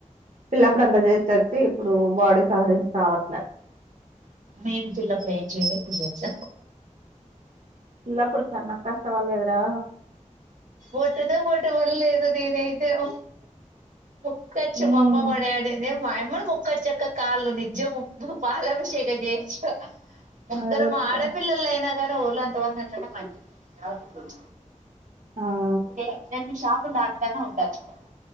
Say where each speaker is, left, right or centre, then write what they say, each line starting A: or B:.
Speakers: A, on the right; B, on the right.
A: పిల్లప్పుడు అంత జేచచ్చి ఇప్పుడు బాడీ సహరించి రావట్లేదు
B: నేన్ పిల్లపుడు ఏం చేయలే పులట్ల
A: పిలప్పుడు తన్ నాకు కష్టవళ్ళదురా
B: ఓటు తొ ఓటు ఎవరు లేరు గదిదేఇదేవో ముక్కచ్చు
A: ఉమ్,
B: మాఅమ్మ మా డాడీ దేవ్ మాయమ్మను మొక్కచ్చక కాలు నిజము పాలభిషేకం చేయొచ్చు మొక్కరు
A: అదే చెప్తాను
B: మా ఆడ పిల్లలయినా గాని గ ఒళ్ళంతా వంచడానీకైనా పన్ జెయ్
A: ఆ
B: ఇదే రెండు షాపులు దాట్తనే ఉంటది చూడే